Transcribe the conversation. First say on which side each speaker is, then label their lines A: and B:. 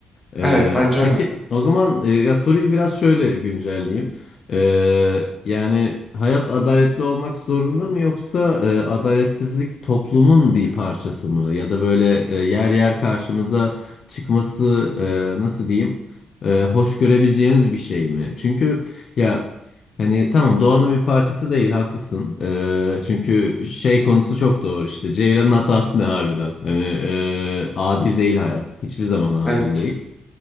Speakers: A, on the left; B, on the left.
A: Ee,
B: Evet bence
A: peki
B: öyle.
A: o zaman e, ya soruyu biraz şöyle güncelleyeyim. Ee, yani hayat adaletli olmak zorunda mı yoksa e, adaletsizlik toplumun bir parçası mı? Ya da böyle e, yer yer karşımıza çıkması e, nasıl diyeyim e, hoş görebileceğimiz bir şey mi? Çünkü ya hani tamam doğanın bir parçası değil haklısın. Ee, çünkü şey konusu çok doğru işte Ceylan'ın hatası ne harbiden? Hani e, adil değil hayat hiçbir zaman adil
B: Evet.
A: değil.